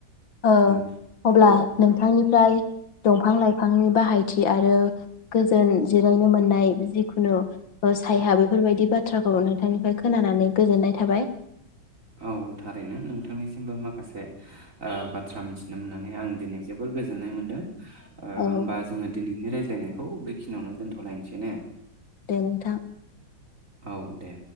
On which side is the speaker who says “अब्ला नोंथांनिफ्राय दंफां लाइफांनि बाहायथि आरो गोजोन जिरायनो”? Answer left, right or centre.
Left